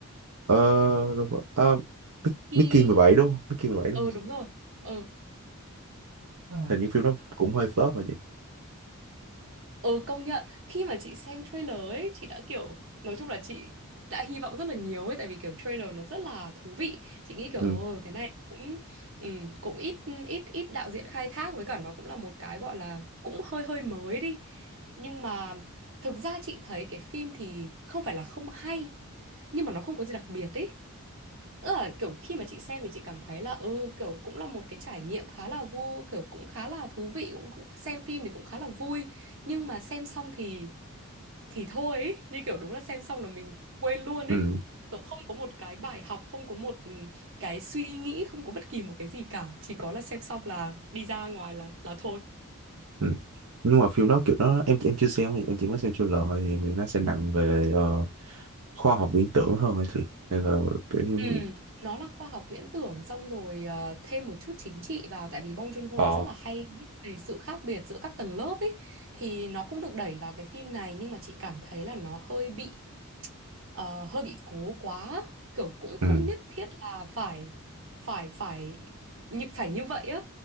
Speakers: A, on the right; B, on the right.
A: Ờ, rồi, ờ, Mick-
B: Khi
A: Mickey 17 đúng không Mickey 17 đúng
B: Ừ
A: không chị
B: đúng rồi. Ừ
A: hình À. như phim đó cũng hơi flop mà chị
B: Ừ công nhận khi mà chị xem trailer ấy chị đã kiểu nói chung là chị đã hy vọng rất là nhiều ấy tại vì kiểu trailer nó rất là thú vị chị nghĩ kiểu
A: ừ
B: ồ cái này cũng ừ, cũng ít ít ít đạo diễn khai thác với cả nó cũng là một cái gọi là cũng hơi hơi mới đi nhưng mà thực ra chị thấy cái phim thì không phải là không hay nhưng mà nó không có gì đặc biệt ấy Tức là kiểu khi mà chị xem thì chị cảm thấy là ừ kiểu cũng là một cái trải nghiệm khá là vui kiểu cũng khá là thú vị cũng, cũng xem phim thì cũng khá là vui nhưng mà xem xong thì thì thôi ấy. Như kiểu đúng là xem xong là mình quên luôn ấy
A: ừ
B: kiểu không có một cái bài học không có một ừ, cái suy nghĩ không có bất kỳ một cái gì cả chỉ có là xem xong là đi ra ngoài là là thôi
A: ừ nhưng mà phim đó kiểu nó em em chưa xem em chỉ mới xem trailer thôi thì em nghĩ nó sẽ nặng về ờ, khoa học viễn tưởng hơn hả chị hay là kiểu như
B: Ừ, nó là khoa học viễn tưởng xong rồi ờ, thêm một chút chính trị vào tại vì Bong Joon-ho
A: ờ
B: thì rất là hay viết về sự khác biệt giữa các tầng lớp ấy thì nó cũng được đẩy vào cái phim này nhưng mà chị cảm thấy là nó hơi bị ờ, hơi bị cố quá kiểu cũng không
A: ừ
B: nhất thiết là phải phải phải như phải như vậy á